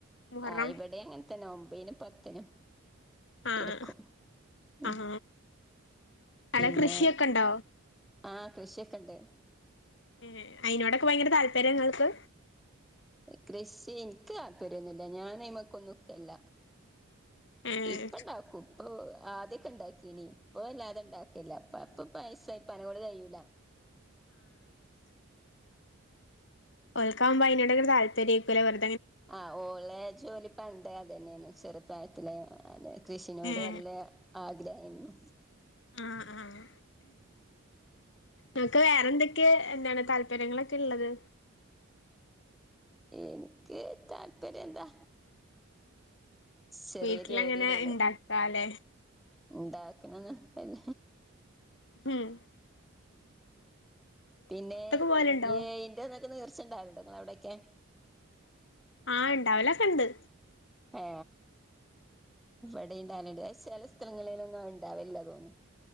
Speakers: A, on the left (about 55°); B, in the centre.
A: മുഹറം
B: ആഹ് ഇവിടെ അങ്ങന തന്നെ ഒമ്പേനും പത്തിനും
A: ആഹ
B: എടുക്കും ഉം
A: ആഹ അട
B: പിന്നെ
A: കൃഷിയൊക്കെണ്ടാവ
B: ആഹ് കൃഷിയൊക്കെ ഇണ്ട്
A: ഏ അയിതിനോടൊക്കെ ഭയങ്കര താല്പര്യങ്ങൾക്ക്
B: കൃഷി എനിക്ക് താല്പര്യൊന്നുല്ല ഞാാന്മക്കൊന്നുക്കല്ല
A: ഏഹ്
B: ഇപ്പ ഇണ്ടാക്കും ഇപ്പൊ ആദ്യൊക്കെ ഇണ്ടാക്കിനി ഇപ്പ എല്ലാ അണ്ടാക്കില്ല അ അപ്പൊ പൈസ ഇപ്പന കൂടെ കഴൂലല്ല
A: ഓൽക്കാമ്പോ അയ്നൊടെ താല്പര്യം വ
B: ആ് ഓളെ ജോലി പണ്ടെ അതന്നെയാണ് ചെറുപ്രായത്തില് അ കൃഷിനോട്
A: ഏഹ്
B: വല്ല ആഗ്രഹരുന്നു
A: ആഹ ആഹ നക്ക് വേറെന്തൊക്കെയ എന്താണ് താല്പര്യങ്ങളൊക്കെള്ളത്
B: എനിക്ക് താല്പര്യം എന്താ ചെറിയ
A: വീട്ടിലങ്ങനെ
B: ജോലിയന്നള്ളു
A: ഇണ്ടാക്കാല്ലേ
B: ഉണ്ടാക്കണംന്ന് അല്ല
A: ഹം
B: പിന്നെ
A: പോവലുണ്ടോ
B: ഈ ഇറന്നക്ക തീർച്ചണ്ടാവടങ്ങ എവിടെൊക്കെ
A: ആ ഇണ്ടാവലക്കണ്ട്
B: ഏ ഇവിടെ നണ്ട് ചെല സ്ഥലങ്ങളിലൊന്നും ഉണ്ടാവില്ല തോന്നും